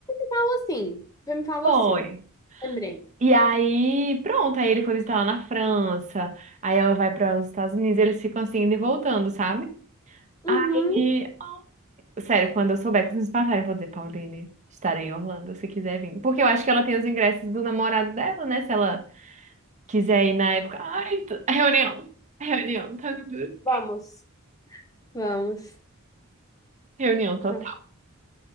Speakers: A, on the left (about 15°); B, on the right (about 35°).
A: falou assim. Você me falou
B: Foi.
A: assim. Lembrei.
B: E aí, pronto, aí ele foi visitar ela na França, aí ela vai para os Estados Unidos, eles ficam assim indo e voltando, sabe?
A: Uhum.
B: Aí, Sério, quando eu souber que vocês me passarem, eu vou dizer, Pauline, estarei em Orlando, se quiser vir. Porque eu acho que ela tem os ingressos do namorado dela, né? Se ela quiser ir na época. Ai, t- reunião, reunião, tá tudo-
A: Vamos. Vamos.
B: reunião total.
A: Ah,